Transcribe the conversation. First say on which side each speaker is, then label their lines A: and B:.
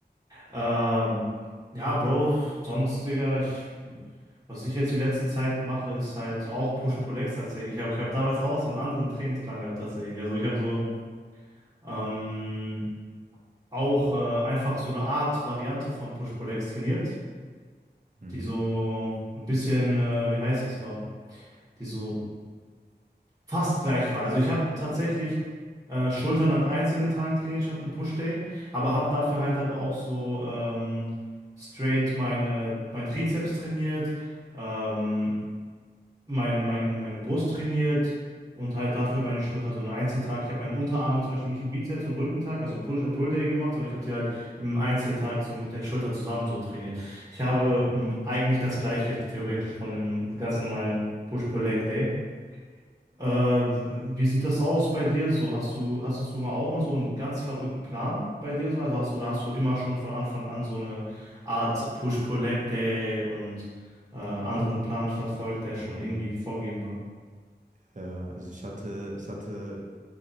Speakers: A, on the right (about 20°); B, on the right (about 45°).
A: Ähm, ja, Bro, sonst, Digga, ich, was ich jetzt die letzten Zeit mache, ist halt auch Push-Pull-Legs tatsächlich. Aber ich habe damals auch so einen anderen Trainingsplan gehabt tatsächlich. Also ich habe so ähm, auch äh, einfach so eine Art Variante von Push-Pull-Legs trainiert,
B: Mhm.
A: die so ein bisschen, äh, wie heißt das war? die so fast gleich war. Also ich habe tatsächlich äh, Schultern an einzelnen Tagen trainiert statt einen Push-Day, aber habe dafür halt dann auch so ähm, straight meine, mein Trizeps trainiert. Ähm, meine, meine, meine Brust trainiert und halt dafür meine Schulter so einen Einzeltag. Ich habe meine Unterarme zum Beispiel nicht im Bizeps und Rückentag, also Push, äh, Pull Day gemacht, sondern ich habe sie halt im Einzeltag so mit der Schulter zusammen so trainiert. Ich habe
B: Mhm.
A: mh, eigentlich das Gleiche theoretisch von einem ganz normalen Push-Pull-Leg Day. Äh, wie sieht das aus bei dir so? Hast du, hastest du mal auch mal so einen ganz verrückten Plan bei dir so? Also hast, oder hast du immer schon von Anfang an so eine Art Push-Pull-Leg-Day und äh, anderen Plan verfolgt, der schon
B: Mhm.
A: irgendwie vorgegeben war?
B: Ja, also ich hatte, ich hatte